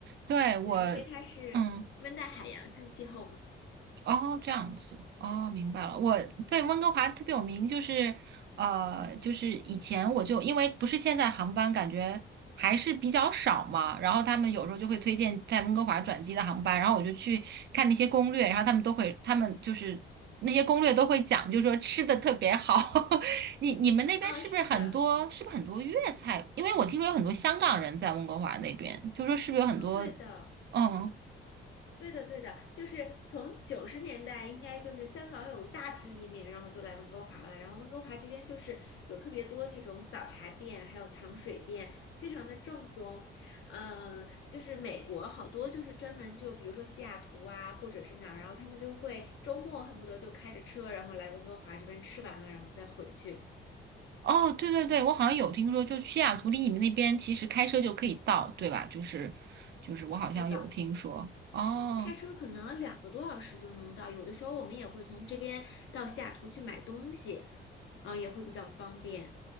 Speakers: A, on the right (about 60°); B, on the left (about 75°).
A: 对，
B: <laughs>
A: 我，
B: 对，因为它是温带海洋性气候嘛。
A: 嗯。哦，这样子，哦，明白了。
B: 嗯，
A: 我对温哥华特别有名，就是呃，就是以前我就因为不是现在航班感觉还是比较少嘛，然后他们有时候就会推荐在温哥华转机的航班，然后我就去看那些攻略，然后他们都会，他们就是那些攻略都会讲，就是说吃的特别好。<laughs> 你你们那边是不是很多？
B: 哦，是的，
A: 是不是很多粤菜？因为我听说有很多香港人在温哥华那边，就说是不是有很多？
B: 哦，对的。
A: 嗯。
B: 对的，对的，就是从九十年代，应该就是香港有一大批移民，然后就来温哥华了。然后温哥华这边就是有特别多那种早茶店，还有糖水店，非常的正宗。嗯、就是美国好多就是专门就比如说西雅图啊，或者是哪儿，然后他们就会周末恨不得就开着车，然后来温哥华这边吃完了，然后再回去。
A: 哦，对对对，我好像有听说，就西雅图离你们那边其实开车就可以到，对吧？就是就是我好像有听说。
B: 对的，
A: 哦
B: 开车可能两个多小时就能到，有的时候我们也会从这边到西雅图去买东西，嗯、也会比较方便。